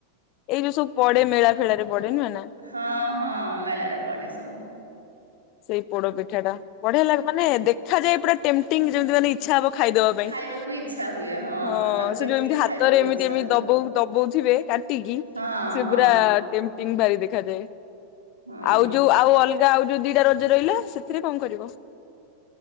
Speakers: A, on the left (about 40°); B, on the right (about 80°).
A: ଏଇ ଯୋଉ ସବୁ ପଡେ ମେଳା ଫେଳାରେ ପଡେ ନୁହେଁ ନା।
B: ହଁ ହଁ ମେଳାରେ ପଡେ ସବୁ।
A: ସେଇ ପୋଡ ପିଠା ଟା ବଢିଆ ଲାଗେ ମାନେ ଦେଖାଯାଏ ପୁରା ଟେମ୍ ଟିଂ ଯେମିତି ମାନେ ଇଛା ହବ ଖାଇଦବା ପାଇଁ
B: ଖାଇବାକୁ ଇଚ୍ଛା ହୁଏ
A: ହଁ
B: ତାକୁ
A: ସେ
B: ଦେଖିଲେ
A: ଯୁ ଏମିତି ହାତରେ
B: ଖାଇବାକୁ
A: ଏମିତି
B: ଇଚ୍ଛା
A: ଏମିତି
B: ହୁଏ
A: ଦବ ଦବଉଥିବେ? ଟିିଗୀ
B: ହଁ
A: ସେ
B: ହଁ
A: ପୂରା ଟେ ତିଙ୍ଗୀ ଭାରି ଦେଖାଯାଏ
B: ହଁ।
A: ଆଉ ଯୋଉ ଆଉ ଅଲଗା ଆଉ ଯୋଉ ଦି ଦି ଟା ରଜ ରହିଲା ସେଥିରେ କଣ କରିବ?